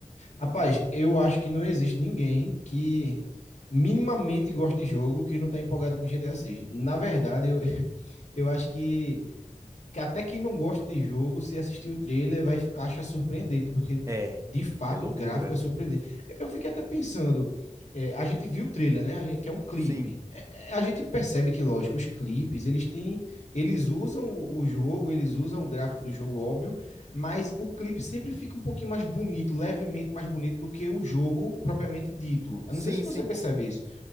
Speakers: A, on the left; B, on the right.
A: Rapaz, eu acho que não existe ninguém que minimamente goste de jogo que não tá empolgado com GTA 6. Na verdade, eu, <laughs> eu acho que que até quem não gosta de jogo, se assistir o trailer, vai achar surpreendente, porque
B: É,
A: de fato
B: é loucura.
A: o gráfico é surpreendente. Eu fiquei até pensando, é, a gente viu o trailer, né? Que é um clipe.
B: Sim,
A: É, é, a gente percebe que, lógico, os clipes eles têm, eles usam o jogo, eles usam o gráfico do jogo, óbvio, mas o clipe sempre fica um pouquinho mais bonito, levemente mais bonito do que o jogo propriamente dito. Eu
B: sim,
A: não sei se você
B: sim.
A: percebe isso.